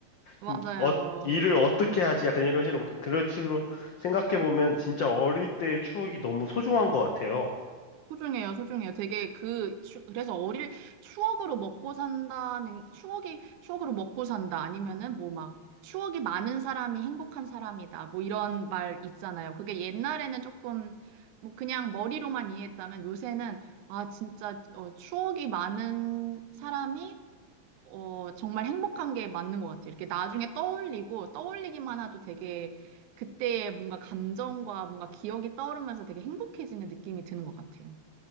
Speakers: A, on the right; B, on the left.
A: 맞아요.
B: <laughs> 어, 일을 어떻게 하지 약간 이런 식으로 바뀌 그런 식으로 생각해 보면 진짜 어릴 때의 추억이 너무 소중한 것 같아요.
A: 소중해요, 소중해요. 되게 그, 추, 그래서 어릴, 추억으로 먹고 산다는, 추억이, 추억으로 먹고 산다. 아니면은 뭐 막, 추억이 많은 사람이 행복한 사람이다. 뭐 이런 말 있잖아요. 그게 옛날에는 조금, 뭐 그냥 머리로만 이해했다면 요새는, 아, 진짜, 어, 추억이 많은 사람이, 어, 정말 행복한 게 맞는 것 같아요. 이렇게 나중에 떠올리고, 떠올리기만 해도 되게, 그때의 뭔가 감정과 뭔가 기억이 떠오르면서 되게 행복해지는 느낌이 드는 것 같아요.